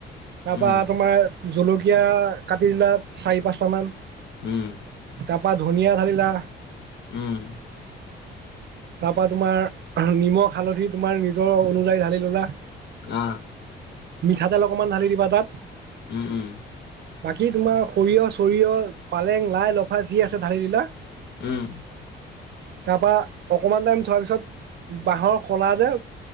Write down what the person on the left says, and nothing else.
উম,
উম
উম
অ
উম উম
উম